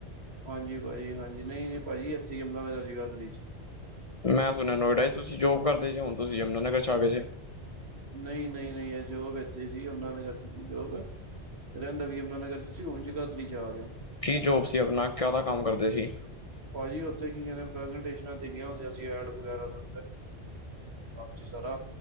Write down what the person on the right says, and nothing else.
ਹਾਂਜੀ। ਭਾਜੀ। ਹਾਂਜੀ। ਨਹੀਂੀ। ਭਾਜੀ। ਇੱਥੇ। ਹੀ। ਯਮੁਨਾ। ਨਗਰ। ਜਗਾਦਰੀ। ਚ।
ਨਹੀਂ ਨਹੀਂ ਨਹੀਂ ਇਹ ਜੋਬ ਇੱਥੇ ਸੀ ਅਮ ਨਗਰ ਜੋਬ ਰਹਿੰਦਾ ਵੀ ਅਮੁਨਾ ਨਗਰ। ਤੁਂ ਹੁ ਜਗਾਦਰੀ ਚ ਆ ਗਿਆ।
ਭਾਜੀ ਉੱਥੇ ਕੀ ਪ੍ਰੈਜੈਂਟੇਸ਼ਨ ਦੇਣੀਆਂ ਹੁੰਦੀਆਂ ਸੀ ਐਡ ਵਗੈਰਾ ਦਾ। ਹਾਂ ਜੀ ਸਾਰਾ,